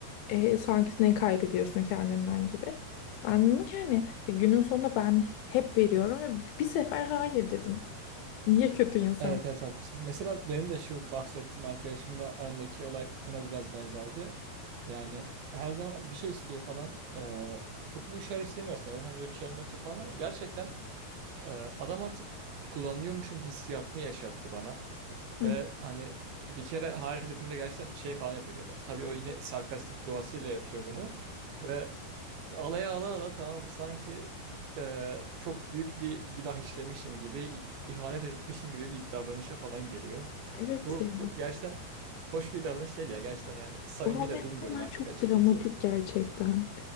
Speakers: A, on the left (about 80°); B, on the right (about 75°).
A: E, sanki ne kaybediyorsun kendinden gibi. Ben dedim ki hani e, günün sonunda ben hep veriyorum ve bir sefer hayır dedim. Niye kötü insan?
B: Evet evet haklısın. Mesela benim de şu bahsettiğim arkadaşımla arandaki olay buna biraz benzerdi. Yani her zaman bir şey istiyor falan. Ee, çok büyük şeyler istemiyorsun. Benim hani öyle bir şeylerim yoktur falan ama gerçekten e, adam artık kullanıyormuşum hissiyatını yaşattı bana.
A: Evet
B: Ve hani bir kere hayır dediğimde gerçekten şey falan yapıyor böyle. Tabii o yine sarkastik doğasıyla yapıyor bunu. Ve alaya ala ala tamam mı? Sanki e, çok büyük bir günah işlemişim gibi, i- ihanet etmişim gibi bir davranışa falan giriyor.
A: evet
B: Bu
A: ya.
B: bu gerçekten hoş bir davranış değil ya. Gerçekten yani samimi
A: Bazı
B: de
A: insanlar
B: bulmuyorum artık
A: çok
B: açıkçası.
A: dramatik gerçekten.